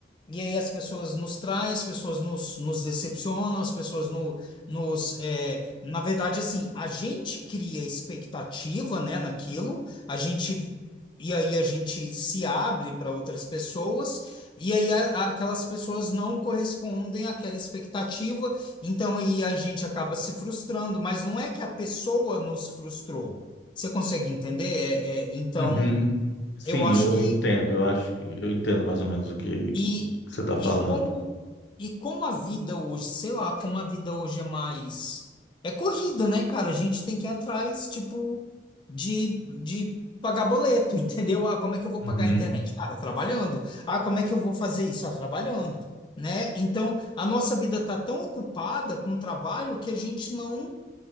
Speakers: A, on the left; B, on the left.
A: e aí as pessoas nos traem, as pessoas nos, nos decepcionam, as pessoas no, nos... é, na verdade, assim, a gente cria expectativa, né, naquilo, a gente... E aí a gente se abre para outras pessoas, e aí a- a- aquelas pessoas não correspondem àquela expectativa, então aí a gente acaba se frustrando, mas não é que a pessoa nos frustrou. Você consegue entender? É, é, então,
B: Uhum. Sim,
A: eu acho
B: eu
A: que
B: entendo. Eu acho, eu entendo mais ou menos o que
A: e,
B: que você está falando.
A: e como e como a vida hoje, sei lá, como a vida hoje é mais é corrida, né, cara? A gente tem que ir atrás, tipo, de, de pagar boleto, <laughs> entendeu? Ah, como é que eu vou
B: Uhum.
A: pagar a internet? Cara, trabalhando. Ah, como é que eu vou fazer isso? Ah, trabalhando, né? Então, a nossa vida tá tão ocupada com trabalho que a gente não